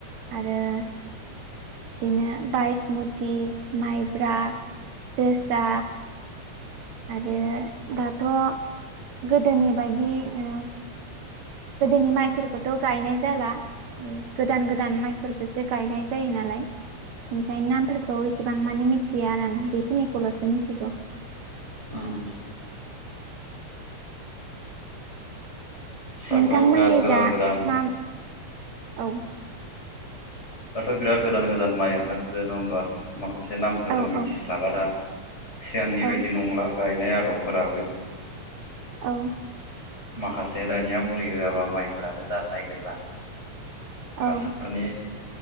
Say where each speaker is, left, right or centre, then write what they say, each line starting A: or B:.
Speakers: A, on the right; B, on the left.
A: आरो बिदिनो बाइसमुथि, माइब्रा, जोसा आरो दाथ' गोदोनि बायदि उम गोदोनि माइफोरखौथ' गायनाय जाला। उम गोदान गोदान माइफोरखोसो गायनाय जायो नालाय। बेनिखायनो नामफोरखौ इसेबां मानि मिथिया आरो आं बेखिनिखौल'सो मिथिगौ।
B: उम। दाथ'
A: नोंथांमोनिजा
B: बिराद गोदान गोदान
A: नाम औ।
B: दाथ' बिराद गोदान गोदान माइ ओंखारसोदो नंङा होमबा? माखासे नामखो
A: औ
B: जों मिथिस्लाबा
A: औ
B: दा। सिगांनि बायदि
A: औ
B: नंला गायनाय आदबफोराबो।
A: औ।
B: माखासे दानिया मुलि होआबा माइफोरानो जानो नागिरला। हा
A: औ
B: सारनि